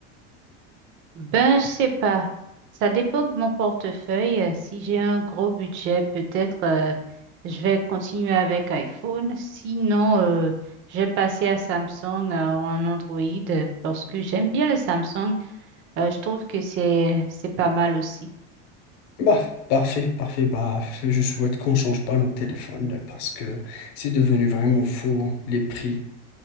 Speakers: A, on the right; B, on the left.
A: Ben, je sais pas. Ça dépend de mon portefeuille. Euh, Si j'ai un gros budget, peut-être euh, je vais continuer avec iPhone. Sinon, euh, je vais passer à Samsung euh, ou un Android euh, parce que j'aime bien le Samsung. Euh, je trouve que c'est c'est pas mal aussi.
B: Bah, parfait, parfait. Bah, je souhaite qu'on change pas nos téléphones parce que c'est devenu vraiment fou les prix.